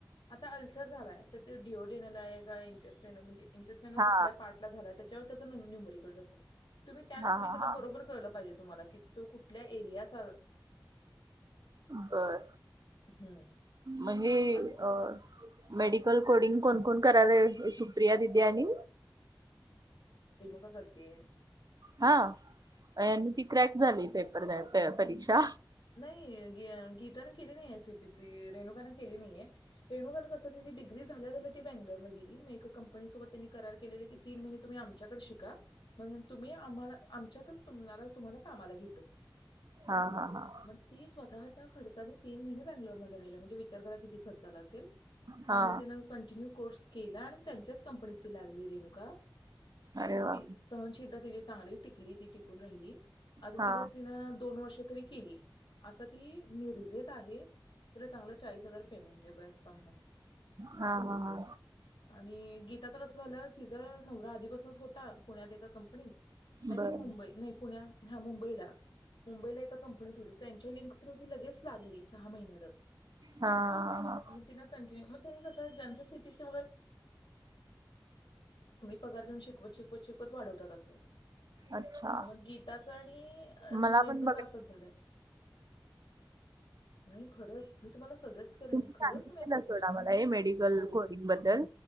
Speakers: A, on the left; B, on the right.
A: आता अल्सर झालाय, तर तो डी, ओ डीनलं आहे काय इन्स्ट्रेटिन म्हणजे इन्स्ट्रेन
B: हा
A: कुठल्या पार्टला झालाय. त्याच्यावर त्यांचा नवीन न्यूमरीन असलं तुम्ही त्या न्युमिरीकला
B: हा हा हा
A: बरोबर कळलं पाहिजेत तुम्हाला की तो कुठल्या एरियास
B: बर
A: हम्म
B: म हे
A: अस
B: अ मेडिकल कोडिंग कोण कोण करायलय सुप्रिया दिदी आणि
A: करतीय
B: हा अय आणि ती क्रॅक झाली. पेपर द्या ते परीक्षा
A: नाई गे गीत गीतानं केली नाय ये सी पी सी रेणुकान केली नाही ये रेणुकान कस डीग्री झाल्या झाल्या ती बंगलोरला गेली म एका कंपनी सोबत त्यांनी करार केलेला की तीन महिने तुम्ही आमच्याकड शिका मग तुम्ही आम्हला आमच्यातच तुम्हाला तुम्हाला कामाला घेतो.
B: हा हा हा
A: मग ती स्वतःच्या खर्चानी तीन महिने बंगलोरमध्ये राहिल्या. म्हणजे विचार करा किती खर्चा आला असेल
B: हा
A: आणि तिन कंटिन्यू कोर्स. केला आणि त्यांच्याच कंपनीत ती लागली. रेणुका
B: अरे
A: म्हणजे
B: वा
A: ती सहशीलता तीजी. चांगली टी टिकली ती टिकून राहिली, आता
B: हा
A: तिथं तीन दोन वर्षे तरी. केली. आ ती मिेरजेत आहे. तिला चांगलं चाळीस हाजार पेमेंट आहे. वर्कफ्रॉम होम
B: हा हा हा
A: आणि गीताच कस. गीताचं कस झालं तिचा नवरा आधीपासूनच होता पुण्यात एका कंपनीत. आय
B: बर
A: थिंक मुंबई नाही पुण्यात हा मुंबईला मुंबईला. कंपनीत होते त्यांच्या ही. लिंक तृती लगेच लागली सहा महिन्यातच.
B: हा हा हा
A: मग तिला कंटिन्यू मग तीने कस ज्याचं सीपीसी. <inaudible> पगार घेऊन शिकवत, शिकवत. पद वाढवतात असं.
B: अच्छा
A: मग गीताच आणि
B: मला
A: रेणुकाचा
B: पण बघा
A: असंच नाही खरंच मी तुम्हाला सजेस्ट करेन
B: तुम्हीं सांगिलेला
A: खरंच तुम्ही असे
B: सोडा
A: कोर्सेस
B: मला हे मेडिकल
A: हो
B: कोरिंग बद्दल